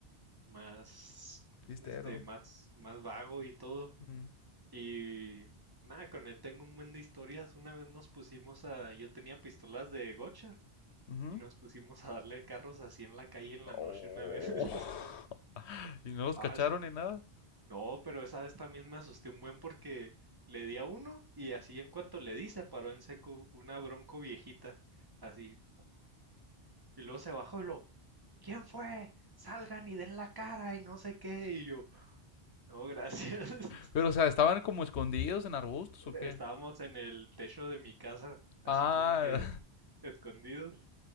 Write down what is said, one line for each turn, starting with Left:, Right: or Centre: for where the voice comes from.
Right: más,
Left: Cristero.
Right: este, más, más vago y todo.
Left: Mm.
Right: Y nada, con él tengo un buen de historias. Una vez nos pusimos a, yo tenía pistolas de gocha
Left: Ujú.
Right: y nos pusimos a darle carros así en la calle en la
Left: Oh.
Right: noche una vez. <laughs>
Left: <laughs> ¿Y no los
Right: Ah,
Left: cacharon ni nada?
Right: No, pero esa vez también me asusté un buen porque le di a uno y así en cuanto le di se paró en seco una bronco viejita, así. Y luego se bajó y lo, ¿quién fue? Salgan y den la cara y no sé qué. Y yo, no, gracias. <laughs>
Left: Pero, o sea, ¿estaban como escondidos en arbustos o qué?
Right: Estábamos en el techo de mi casa, así
Left: Ah,
Right: como que escondidos.